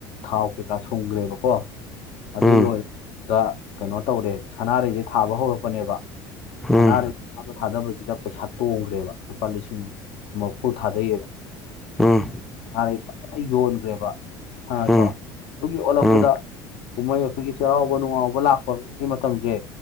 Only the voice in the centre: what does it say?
ꯎꯝ
ꯎꯝ
ꯎꯝ
ꯎꯝ
ꯎꯝ